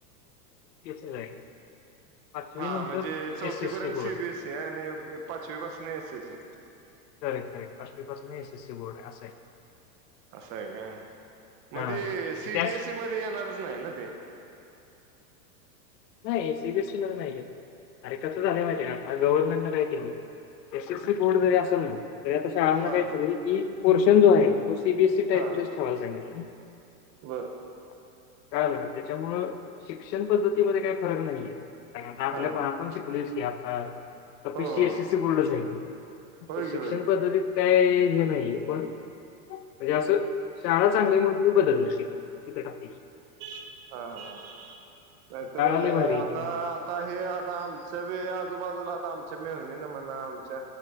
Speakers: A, on the left; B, on the right.
A: नाही. पाचवी
B: हा
A: नंतर
B: म्हणजे चौथीपर्यंत
A: एस एस Board
B: C. B. S. C. आणि पाचवी पासून S. S. C.
A: Correct, correct पाचवी पासून एस. एस. सी बोर्ड हाय आसं हाय.
B: असं हाय का? म
A: हा
B: ती सी.
A: त्याच
B: बी. एस. ई मध्ये येणारच नाही ना ते?
A: नाही सी. बी. एस. सी. ला नाही घेत, अरे कसं झालंय माहिती आहे का ह्या गव्हर्नमेंटन काय केलयं, एस. एस. सी. बोर्ड जरी असलं ना तरी आता शाळांना
B: हा
A: काय केलंय की, पोर्शन जो आहे तो C. B. S. C. Type
B: हा
A: मध्येच ठेवायला सांगितलंय.
B: बर.
A: कळालं का, त्याच्यामुळं शिक्षण पद्धतीमध्ये काही फरक नाहीये. कारण आता आपल्या
B: हा
A: पण आपण शिकलोयचं की आता कपी
B: हो
A: सी.
B: हो
A: एस. एस. सी. बोर्डच हाय की,
B: होय की
A: शिक्षण
B: होय की
A: पद्धतीत काही ते हे नाहीये पण म्हणजे असं, शाळा चांगली हाय म्हणून मी बदलल तिथ, हिथं टाकलं.
B: हा हा, नाहीतर
A: लय भारी आहे
B: आता,
A: ती म्हणजे.
B: आता, हे आता आमचं आजूबाजूला आता आमच्या मेव्हन्यानं म्हणा, आमच्या